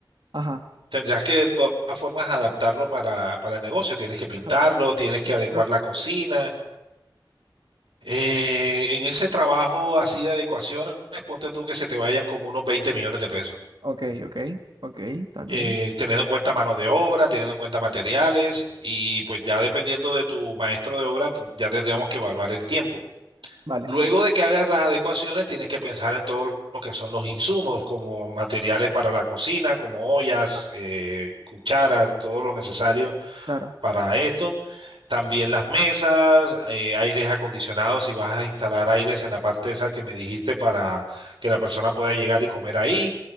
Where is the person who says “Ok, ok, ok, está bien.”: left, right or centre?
Right